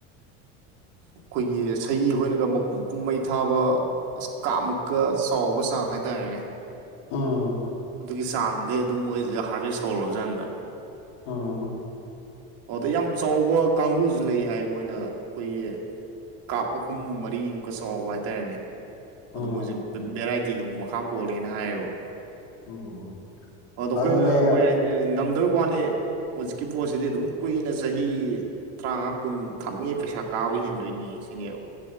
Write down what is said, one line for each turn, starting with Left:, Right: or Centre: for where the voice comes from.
Right: ꯑꯩꯈꯣꯏꯒꯤ ꯁꯍꯤ ꯑꯩꯈꯣꯏꯅꯒ ꯃꯄꯨꯝ ꯃꯩ ꯊꯥꯕ ꯑꯁ ꯀꯥ ꯃꯨꯛꯀ ꯆꯥꯎꯕ ꯆꯥꯡ ꯍꯥꯏꯇꯥꯔꯦꯅꯦ
Left: ꯎꯝ
Right: ꯑꯗꯨꯒꯤ ꯆꯥꯡꯗꯤ ꯑꯗꯨꯝ ꯃꯣꯏꯁꯤꯒ ꯍꯥꯔꯚꯦꯁ ꯍꯧꯔꯕꯖꯥꯟꯗ
Left: ꯑꯣ
Right: ꯑꯗ ꯌꯥꯝ ꯆꯥꯎꯕ ꯀꯥꯡꯒꯕꯨꯁꯨ ꯂꯩ ꯍꯥꯏ ꯃꯣꯏꯅ ꯑꯩꯈꯣꯏꯒꯤ ꯀꯥꯞ ꯑꯍꯨꯝ ꯃꯔꯤꯃꯨꯛꯀ ꯆꯥꯎꯕ ꯍꯥꯏꯇꯥꯔꯦꯅꯦ
Left: ꯎꯝ
Right: ꯑꯗꯣ ꯃꯣꯏꯁꯦ ꯚꯦꯔꯥꯏꯇꯤꯒꯨꯝꯨ ꯃꯈꯥ ꯄꯣꯜꯂꯦꯅ ꯍꯥꯏꯌꯦꯕ
Left: ꯎꯝ
Right: ꯑꯗꯣ
Left: ꯑꯗꯨꯅꯦ
Right: ꯑꯩꯈꯣꯏꯅ ꯃꯣꯏ ꯍꯥꯏꯁꯦ ꯉꯝꯗꯕ ꯋꯥꯅꯦ ꯍꯧꯖꯤꯛꯀꯤ ꯄꯣꯠꯁꯤꯗꯤ ꯑꯗꯨꯝ ꯀꯈꯨꯏꯅ ꯆꯍꯤ ꯇꯔꯥꯃꯉꯥ ꯀꯨꯟ ꯊꯝꯃꯤꯉꯩ ꯄꯩꯁꯥ ꯀꯥꯕ ꯍꯦꯟꯗꯣꯏꯅꯤ ꯁꯤꯅꯦꯕ